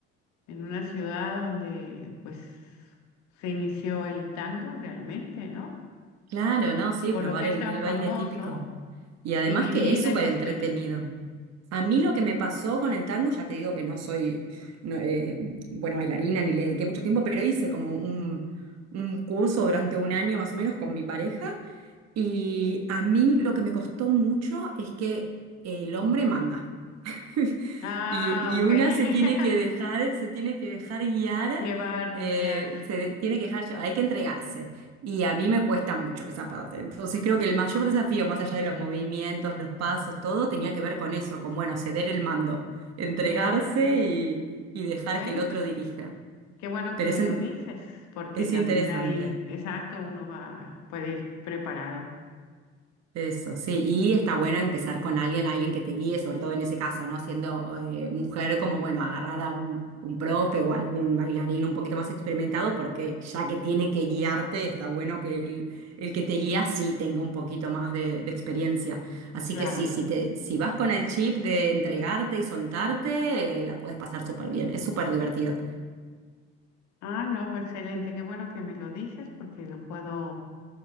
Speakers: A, on the left; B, on the right.
A: en una ciudad donde pues se inició el tango realmente, ¿no?
B: Claro, ¿no? Sí,
A: Por
B: probar
A: lo que es
B: el,
A: tan
B: el
A: famoso
B: baile típico. Y además
A: y vivir
B: que es súper
A: esa
B: entretenido.
A: experiencia.
B: A mí lo que me pasó con el tango, ya te digo que no soy no, eh, buena bailarina ni le dediqué mucho tiempo, pero hice como un, un curso durante un año más o menos con mi pareja y a mí lo que me costó mucho es que el hombre manda. <laughs>
A: Ah,
B: Y, y
A: ok.
B: una
A: <laughs>
B: se tiene que dejar, se tiene que dejar guiar,
A: Llevar,
B: eh,
A: guiar.
B: se de- tiene que dejar llevar, hay que entregarse. Y a mí me cuesta mucho esa parte. Entonces creo que el mayor desafío, más allá de los movimientos, los pasos, todo, tenía que ver con eso, con, bueno, ceder el mando, entregarse
A: Fíjate,
B: y, y dejar
A: bueno,
B: que el otro
A: pues
B: dirija.
A: qué bueno
B: Pero
A: que me
B: es, en-
A: lo dices, porque
B: es
A: también
B: interesante.
A: ahí, exacto, uno va, puede ir preparado,
B: Eso, sí, y está bueno empezar con alguien, alguien que te guíe, sobre todo en ese caso, ¿no? Siendo eh, mujer, como bueno, agarrar a un, un profe o algún bailarín un poquito más experimentado, porque ya que tiene que guiarte, está bueno que el, el que te guía sí tenga un poquito más de, de experiencia. Así
A: claro.
B: que sí, si te, si vas con el chip de entregarte y soltarte, eh, la puedes pasar súper bien, es súper divertido.
A: Ah, no, pues excelente, qué bueno que me lo dices, porque lo puedo